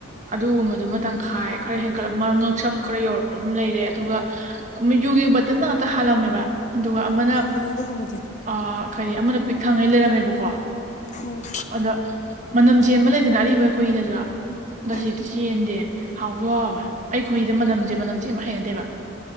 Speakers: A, on the right; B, on the left.
A: ꯑꯗꯨꯒꯨꯝꯕꯗꯨꯃ ꯇꯪꯈꯥꯏ ꯈꯔ ꯍꯦꯟꯀꯠꯂꯞ ꯃꯉꯪꯛ ꯁꯝ ꯈꯔ ꯌꯧꯔꯛꯄ ꯑꯃ ꯂꯩꯔꯦ ꯑꯗꯨꯒ ꯌꯨꯒꯤ ꯕꯇꯟꯗ ꯉꯥꯛꯇ ꯍꯥꯜꯂꯝꯃꯦꯕ ꯑꯗꯨꯒ ꯑꯃꯅ
B: ꯍꯥꯟꯕꯅꯦ ꯑꯗꯨꯒꯨꯝꯕꯗꯤ
A: ꯑꯥ ꯀꯔꯤ ꯑꯃꯅ ꯄꯤꯛ ꯊꯪꯉꯩ ꯂꯩꯔꯝꯃꯦꯕꯀꯣ
B: ꯎꯝ
A: ꯑꯗꯣ ꯃꯅꯝ ꯆꯦꯟꯕ ꯂꯩꯗꯅ ꯑꯔꯤꯕ ꯈꯣꯏꯍꯤꯗꯖꯨ ꯕꯥꯁꯤꯗꯤ
B: ꯎꯝ
A: ꯆꯦꯟꯗꯦ ꯍꯥꯎꯁꯨ ꯍꯥꯎꯋꯦ ꯈꯣꯏꯍꯤꯗ ꯃꯅꯝꯖꯦ ꯃꯅꯝꯆꯦꯟꯕ ꯍꯩꯅꯗꯦꯕ